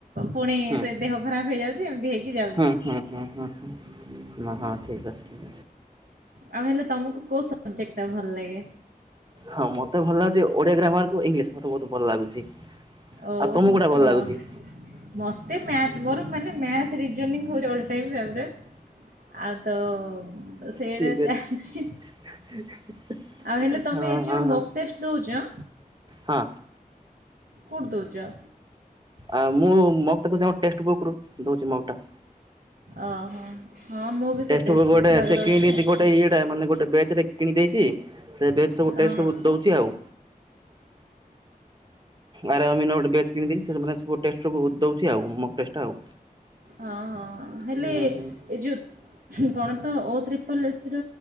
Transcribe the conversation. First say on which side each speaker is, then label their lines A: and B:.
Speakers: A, on the right; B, on the right.
A: ପୁଣି
B: ହୁଁ
A: ସେ ଦେହ ଖରାପ ହେଇଆଉ ଚି ଏମିତି ହେଇ ଯାଉ
B: ହୁଁ- ହୁଁ- ହୁଁ- ହୁଁ- ହୁଁ- ହଁ-ହଁ ଠିକ୍ ଅଛି।
A: ଆଉ ହେଲେ ତମକୁ କୋଉ ସବଜେକ୍ଟ ଟା ଭଲ ଲାଗେ?
B: ହଁ, ମତେ ଭଲ ଲାଗୁଛି ଓଡିଆ ଗ୍ରାମାର କୁ ଇଂଲିଶ ମତେ ବହୁତ ଭଲ ଲାଗୁଛି। ଆଉ
A: ଓହୋ
B: ତମକୁ କୋଉଟା ଭଲ
A: ବାଃ
B: ଲାଗୁଛି?
A: ମୋତେ ମ୍ୟାଥ୍ ମୋର ମାନେ math reasoning all time favourite. ଆଉ ତ ସେଇଟା
B: ଠିକ୍ ଅଛି
A: ଚାଲିଛି।
B: <unintelligible>
A: ଆଉ ହେଲେ ତୁମେ
B: ହଁ
A: ଏ ଯୋଉ
B: ହଁ
A: ମୋକ୍
B: ହଁ।
A: ଟେଷ୍ଟ ଦଉଛ।
B: ହଁ।
A: କୁଡ଼ି ଦଉଛ।
B: ଆଉ ମୁଁ ମୋଗ ତାକୁ ଯଣ ଟେକ୍ସଟ ବୁକ୍ ରୁ ଦଉଛି ମୋକ୍ ଟା।
A: ଓହୋ ହଁ ମୁଁ ବି
B: ଟେଷ୍ଟ
A: ସେ ଟେକ୍ସଟ୍
B: ଗୋଟେ
A: ବୁକ୍ରୁ ଆଗେ
B: ସେ
A: ଦେଉଛି
B: କିଣି ଦେଇଛି ଗୋଟେ ଇଟା ମାନେ ଗୋଟେ ବ୍ୟାଚ ରେ କିଣି ଦେଇଛି। ସେ ବ୍ୟାଚ୍
A: ଆଉ
B: ସବୁ ଟେଷ୍ଟ
A: ଓହୋ
B: ସବୁ ଦଉଛି ଆଉ। ଆରେ ଅମିନ ଗୋଟେ ବ୍ୟାଚ୍ କିଣି ଦେଇଚି। ସବୁ ଟେଷ୍ଟ ପେପର ରୁ ଦଉଛି ମୋକ୍ ଟେଷ୍ଟ ଆଉ।
A: ହଁ ହଁ, ହେଲେ
B: ହୁଁ ହୁଁ
A: ଏ ଯେଉଁ କଣ ତ ଓ ତ୍ରିପଲ ଏସର